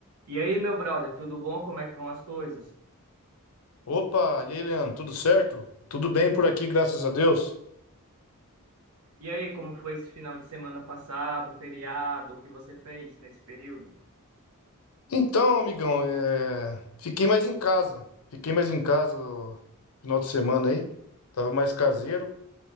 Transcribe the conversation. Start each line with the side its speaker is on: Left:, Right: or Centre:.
Right: E aí, meu brother, tudo bom? Como é que vão as coisas?
Left: Opa, e aí, Leandro, tudo certo? Tudo bem por aqui, graças a Deus.
Right: E aí, como foi esse final de semana passado, feriado, o que você fez nesse período?
Left: Então, amigão, é, fiquei mais em casa. Fiquei mais em casa no final de semana aí. Tava mais caseiro.